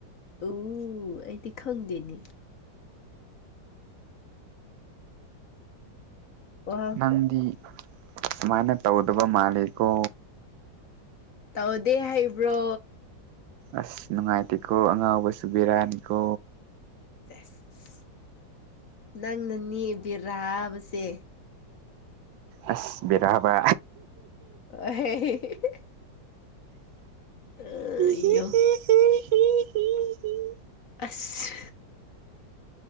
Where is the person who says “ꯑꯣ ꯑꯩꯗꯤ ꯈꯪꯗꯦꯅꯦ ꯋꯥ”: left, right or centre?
Left